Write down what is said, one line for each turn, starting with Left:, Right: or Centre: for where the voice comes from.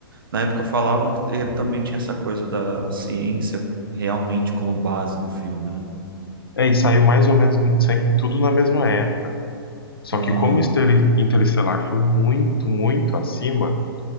Right: na época falavam que ele também tinha essa coisa da ciência realmente como base do filme, né?
Left: É, e saiu mais ou menos no- sem- tudo na mesma época. Só
Right: Ah,
Left: que como Estel- Interestelar foi muito, muito acima,